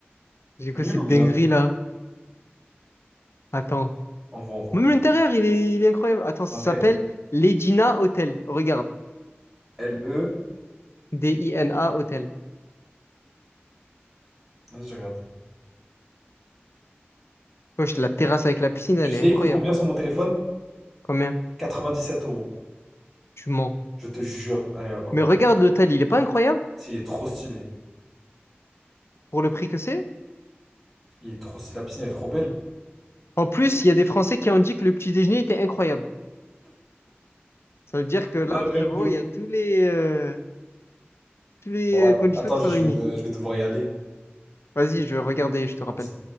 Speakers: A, on the left; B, in the centre.
A: J'ai
B: Nul
A: quoi cette
B: ou bien?
A: dinguerie là? Attends.
B: Envoie, envoie.
A: Même l'intérieur, il est, il est incroyable. Attends, ça
B: Arrête.
A: s'appelle l'Edina Hotel. Regarde.
B: L E.
A: D-I-N-A Hotel.
B: Vas-y, je regarde.
A: Wesh, la terrasse avec la piscine, elle
B: Tu sais,
A: est incroyable.
B: il coûte combien sur mon téléphone?
A: Combien?
B: 97 euros.
A: Tu mens.
B: Je te jure. Allez, hop, hop,
A: Mais
B: hop.
A: regarde l'hôtel, il est pas incroyable
B: Si, il est trop stylé.
A: pour le prix que c'est?
B: Il est trop stylé. La piscine elle est trop belle.
A: En plus, il y a des Français qui ont dit que le petit déjeuner était incroyable. Ça veut dire que là,
B: La
A: frérot,
B: rêve de ouf.
A: il y a tous les, euh, tous les
B: Bon, att-
A: euh, conditions
B: attends,
A: qui sont
B: je
A: réunies.
B: vais, de- je vais devoir y aller.
A: Vas-y, je vais regarder, je te
B: Vas-y.
A: rappelle.